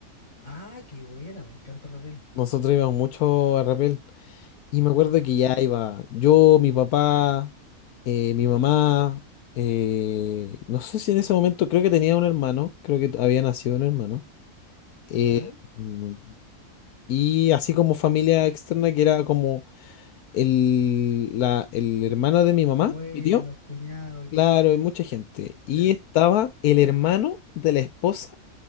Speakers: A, on the left; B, on the left.
A: Ah, qué buena, me encanta Rapel.
B: Nosotros íbamos mucho a Rapel. Y
A: Me
B: me
A: encanta
B: acuerdo que
A: la
B: ya
A: pega.
B: iba yo, mi papá, eh, mi mamá, eh, no sé si en ese momento creo que tenía un hermano, creo que había nacido un hermano. eh,
A: ¿Ya?
B: mm, y así como familia externa que era como el, la, el hermano de mi mamá,
A: Abuelos,
B: mi tío.
A: cuñados y todo
B: Claro,
A: eso.
B: hay mucha gente. Y
A: Ya.
B: estaba el hermano de la esposa